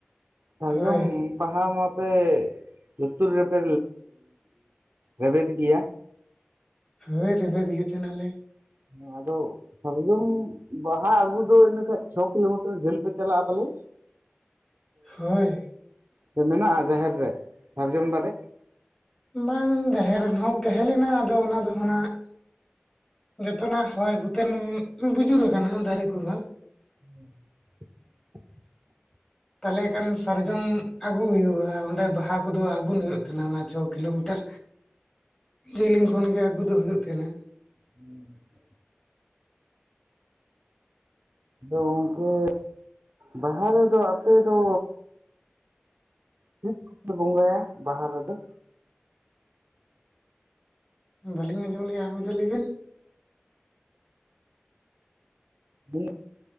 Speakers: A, on the right; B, on the left.
A: ᱥᱟᱨᱡᱚᱢ
B: ᱦᱳᱭ
A: ᱵᱟᱦᱟ ᱢᱟᱯᱮ ᱞᱩᱛᱩᱨ ᱨᱮᱯᱮ ᱨᱮᱵᱮᱫ ᱜᱮᱭᱟ?
B: ᱦᱳᱭ ᱨᱮᱵᱮᱫ ᱜᱮ ᱛᱟᱦᱮᱸᱱᱟᱞᱮ᱾
A: ᱦᱮᱸ ᱟᱫᱚᱜ ᱥᱟᱨᱡᱚᱢ ᱵᱟᱦᱟ ᱟᱜᱩ ᱫᱚ ᱤᱱᱟᱹᱠᱷᱟᱭ ᱪᱷᱚ ᱠᱤᱞᱳᱢᱤᱴᱟᱨ ᱡᱷᱟᱹᱞ ᱯᱮ ᱪᱟᱞᱟᱜᱼᱟ ᱯᱟᱞᱮ
B: ᱦᱳᱭ
A: ᱥᱮ ᱢᱮᱱᱟᱜᱼᱟ ᱡᱟᱦᱮᱨ ᱨᱮ ᱥᱟᱨᱡᱚᱢ ᱫᱟᱨᱮ?
B: ᱵᱟᱝ ᱡᱟᱦᱮᱨ ᱨᱮᱱ ᱦᱚᱸ ᱛᱟᱦᱮᱸ ᱞᱮᱱᱟ ᱟᱫᱚ ᱚᱱᱟ ᱫᱚᱦᱚᱸ ᱱᱟᱜ ᱡᱚᱛᱚᱱᱟᱜ ᱦᱚᱭ ᱠᱚᱛᱮᱱ ᱵᱩᱡᱩᱨ ᱠᱟᱱᱟ ᱫᱟᱨᱮ ᱠᱚᱦᱚᱸ᱾
A: <unintelligible>
B: ᱛᱟᱦᱚᱞᱮ ᱠᱷᱟᱱ ᱥᱟᱨᱡᱚᱢ ᱟᱹᱜᱩ ᱦᱩᱭᱩᱜ-ᱟ ᱚᱸᱰᱮ ᱵᱟᱦᱟ ᱠᱚᱫᱚ ᱟᱹᱜᱩᱱ ᱦᱩᱭᱩᱜ ᱛᱟᱦᱮᱸᱱᱟ, ᱚᱱᱟ ᱪᱷᱚ ᱠᱤᱞᱳᱢᱤᱴᱟᱨ
A: <unintelligible>
B: ᱡᱮᱞᱤᱧ ᱠᱷᱚᱱ ᱜᱮ ᱟᱹᱜᱩ ᱫᱚ ᱦᱩᱭᱩᱜ ᱛᱟᱦᱮᱸᱱᱟ।
A: <unintelligible> ᱟᱫᱚ ᱜᱚᱝᱠᱮ ᱵᱟᱦᱟ ᱨᱮᱫᱚ ᱟᱯᱮ ᱫᱚ ᱪᱮᱫ ᱠᱚᱯᱮ ᱵᱚᱸᱜᱟᱭᱟ ᱵᱟᱦᱟ ᱨᱮᱫᱚ?
B: ᱵᱟᱹᱞᱤᱧ ᱟᱸᱡᱚᱢ ᱞᱮᱜ-ᱟ ᱟᱨ ᱢᱤᱫᱫᱷᱟ ᱞᱟᱹᱭ ᱵᱤᱱ?
A: ᱢᱮᱱᱮᱫᱼᱟ